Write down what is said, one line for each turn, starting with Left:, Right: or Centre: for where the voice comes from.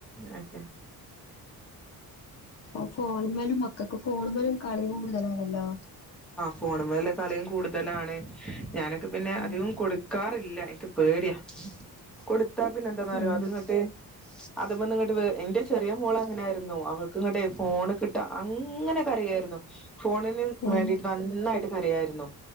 Centre: ങേ
Left: ഉ ഫോണ്ട്പോലും മക്കൾക്ക് ഫോണ പോലും കളി കൂടുതല അലോ
Centre: ഫോണമലെ കളിയും കൂടുതലാണ് ഞാനൊക്കെ പിന്നെ
Left: ഉം
Centre: അധികം കൊടുക്കാറ ഇല്ല ഇന്ക്ക് പേടിയാ കൊടുത്താ പിന്നെ എന്താന്നറിയോ
Left: ആഹ്
Centre: അത്ങ്ങട്ട് അത മ ഇങ്ങോട്ട് വ എന്റെ ചെറിയ മോള അങ്ങനൊയിരുന്നു അവൾക്ക് ഇങ്ങട്ടെ ഫോൺ കിട്ടാ അങ്ങനെ ട്ടെയ്യാരുന്നു ഫോണ്ന് വാണ്ടീട്ട്
Left: ഉം
Centre: നന്നായിട്ട് കരയാരുന്നു